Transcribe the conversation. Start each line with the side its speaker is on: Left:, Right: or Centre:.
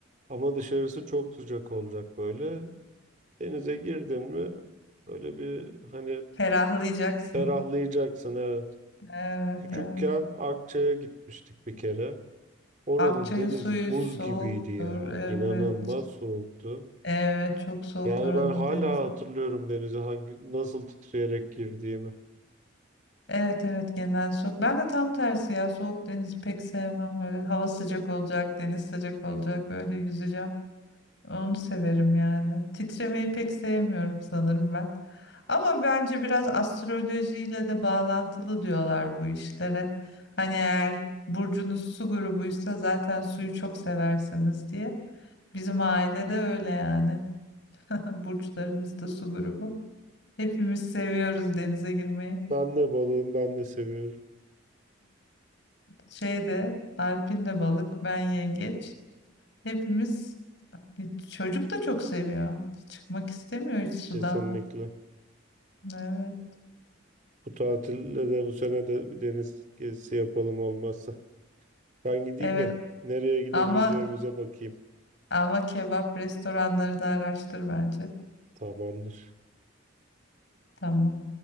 Right: ama dışarısı çok sıcak olacak böyle. Denize girdin mi böyle bir hani
Left: Ferahlayacaksın.
Right: Ferahlayacaksın evet.
Left: Evet,
Right: Küçükken
Left: evet.
Right: Akçay'a gitmiştik bir kere. Oranın
Left: Akçay'ın
Right: denizi
Left: suyu
Right: buz
Left: soğuktur.
Right: gibiydi ya.
Left: Evet.
Right: İnanılmaz soğuktu.
Left: Evet, çok soğuk
Right: Yani
Left: oranın
Right: ben hala
Left: denizi.
Right: hatırlıyorum denize hangi nasıl titreyerek girdiğimi.
Left: Evet evet genel soğuk. Ben de tam tersi ya soğuk denizi pek sevmem. Böyle hava sıcak olacak, deniz sıcak olacak. Öyle yüzeceğim. Onu severim yani. Titremeyi pek sevmiyorum sanırım ben. Ama bence biraz astrolojiyle de bağlantılı diyorlar bu işlere. Hani eğer burcunuz su grubuysa zaten suyu çok seversiniz diye. Bizim ailede öyle yani. <laughs> Burçlarımız da su grubu. Hepimiz seviyoruz denize girmeyi.
Right: Ben de balığım, ben de seviyorum
Left: Şeyde Alp'in de balık, ben yengeç. Hepimiz e, çocuk da çok seviyor. Çıkmak istemiyor hiç sudan.
Right: kesinlikle.
Left: Evet.
Right: Bu tatilde de bu sene de bir deniz gezisi yapalım olmazsa. Ben gideyim
Left: Evet
Right: de nereye gidebileceğimize
Left: ama
Right: bakayım.
Left: ama kebap restoranları da araştır bence.
Right: Tamamdır.
Left: Tamam.